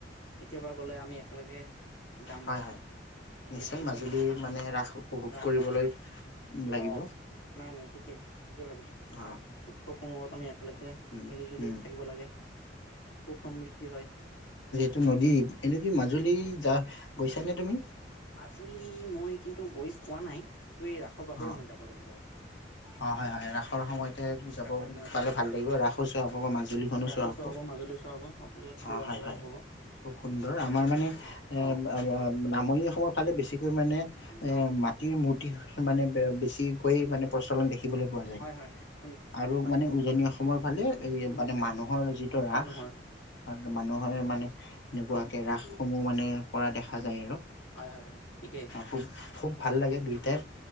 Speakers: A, on the left; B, on the left.
A: কেতিয়াবা গ'লে আমি একেলগে। যাম
B: হয়-হয়।
A: বুলি
B: নিশ্চয়,
A: ভাবিছো
B: মাজুল মানে ৰাস উপভোগ
A: ৰাসৰ
B: কৰিবলৈ লাগিব।
A: অ নাই নাই ঠিকেই ঠিকেই উৎসৱসমূহত
B: অ
A: আমি একেলগে
B: উম
A: মিলি জুলি
B: উম
A: থাকিব লাগে, সুখ সমৃদ্ধি হয়।
B: টো নদী এনেক মাজুলী যাহ গৈছা নে তুমি?
A: মাজুলী মই কিন্তু গৈ পোৱা নাই। কিন্তু এই ৰাসৰ বাবে
B: অ,
A: মই যাব লাগিব আৰু
B: অ, হয়-হয় ৰাসৰ সময়তে যাব
A: ৰাসৰ সময়তে
B: পালে ভাল লাগিব, ৰাসো চোৱা হব বা মাজুলীখনো
A: ৰাসো
B: চোৱা হ'ব।
A: মাজুলী চোৱা হ'ব সকলোৱে ঘূৰা
B: অ, হয়-হয়
A: ফুৰাও হ'ব
B: খুব সুন্দৰ আমাৰ মানে এ
A: অ
B: নামৰনি। অসমৰ ফালে বেছিকৈ মানে এ
A: অ
B: মাটিৰ মূৰ্তি। মানে, বেছিকৈ মানে প্ৰচলন দেখি। দেখিবলৈ পোৱা যায়
A: হয় হয় হয় শুনিছো
B: আৰু
A: হয়
B: মানে উজনি অসম। ভালে এই
A: উম
B: মানে মানুহৰ যিটো ৰাস,
A: মানুহৰ
B: মানুহ হয় মানে এনেকুৱাকে
A: অ
B: ৰাসসমূহ মানে কৰা দেখা যায় আৰু
A: হয় হয় হয় ঠিকেই।
B: অ' খুব খুব ভাল লাগে দুইোটাই